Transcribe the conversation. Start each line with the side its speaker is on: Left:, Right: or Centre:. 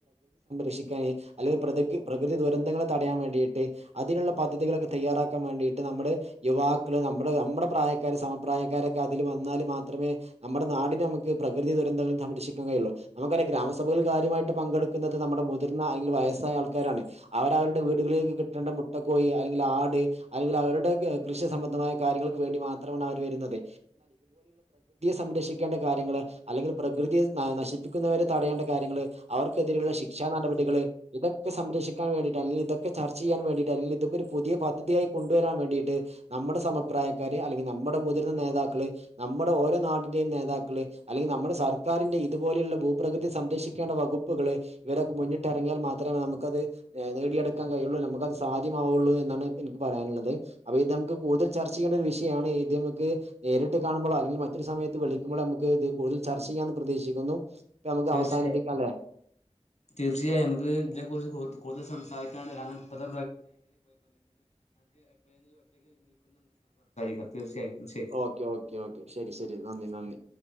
Right: ക്ഷിക്കാന് അല്ലെങ്കി പ്രതിക്ക് പ്രകൃതി ദുരന്തങ്ങളെ തടയാൻ വേണ്ടിയിട്ട് അതിനുള്ള പദ്ധതികളൊക്കെ തയ്യാറാക്ക ക്കാ വേണ്ടിട്ട് നമ്മുടെ യുവാക്കള് നമ്മുടെ നമ്മുടെ പ്രായക്കാര് സമപ്രായക്കാരൊക്കെ അതില് വന്നാല് മാത്രമേ നമ്മുടെ നാടിനെ നമുക്ക് പ്രകൃതി ദുരന്തങ്ങളിൽ നിന്ന് സംരക്ഷിക്കാൻ കഴിയുള്ളു നമുക്കറിയാം ഗ്രാമസഭയിൽ കാര്യമായിട്ട് പങ്കെടുക്കുന്നത് നമ് നമ്മുടെ മുതിർന്ന അല്ലെങ്കിൽ വയസ്സായ ആൾക്കാരാണ് അവര അവരുടെ വീടുകളിലേക്ക് കിട്ടേണ്ട മുട്ടക്കോയി അല്ലെങ്കിൽ ആട് മ് അല്ലെങ്കിൽ അവരുടെ കൃഷി സംബന്ധമായ കാര്യങ്ങൾക്ക് വേണ്ടി മാത്രമാണ് അവര് വരുന്നത് സംരക്ഷിക്കേണ്ട കാര്യങ്ങള് അല്ലെങ്കിൽ പ്രകൃതിയ നശിപ്പിക്കുന്നവരെ തടയേണ്ട കാര്യങ്ങള് അവർക്കെതിരെയുള്ള ശിക്ഷ നടപടികള് ഇതൊക്കെ സംരക്ഷിക്കാൻ വേണ്ടിട്ടാണ് അല്ലെങ്കിൽ ഇതക്കെ ചർച്ച ചെയ്യാൻ വേണ്ടിട്ടാണ് അല്ലങ്കിൽ ഇതൊക്കെ പുതിയ പദ്ധതിയായി കൊണ്ടുവരാൻ വേണ്ടിയിട്ട് നമ്മുടെ സമപ്രായക്കാര് അല്ലെങ്കിൽ നമ്മുടെ മുതിർന്ന നേതാക്കള് നമ്മുടെ ഓരോ നാടിന യൻ നേതാക്കള് അല്ലെങ്കിൽ നമ്മുടെ സർക്കാരിന്റെ ഇതുപോലെയുള്ള ഭൂപ്രകതി സംരക്ഷിക്കേണ്ട വകുപ്പുകള് ഇവതാ മുന്നിട്ടെറങ്ങിയാൽ മാത്രമേ നമുക്കത് ഏഹ് നേടിയടുക്കാൻ കഴിയുള്ളൂ നമുക്കത് സാധ്യമാവയുള്ളൂ എന്നാണ് പ്പ എന് പറയാനുള്ളത് അപ്പൊ ഇത് നമുക്ക് കൂടുതൽ ചർച്ച ചെയ്യേണ്ട ഒരു വിഷയാണ് ഇത് നമുക്ക് നേരിട്ട് കാണുമ്പോള് അങ്കിൽറ്റൊരു സ സമയത്ത് വിളിക്കുമ്പോളമുക്ക് ഇത് കൂടുതൽ ചർച്ച ചെയ്യാന്ന് പ്രതീക്ഷിക്കുന്നു ഇപ്പൊ നമുക്ക്
Left: തീർച്ചയായും
Right: അവസാനിപ്പിക്കാം അല്ലേ?
Left: തീർച്ചയായും നമക്ക് ഇതിനെ കുറിച്ച് കൂടുത് കൂടുതല് സംസാ തൽക്കാണ്ട് കാതൽ ശരി സർ തീർച്ചയായും ശരി
Right: ഓക്കെ ഓക്കെ ഓക്കെ ശരി ശരി നന്ദി നന്ദി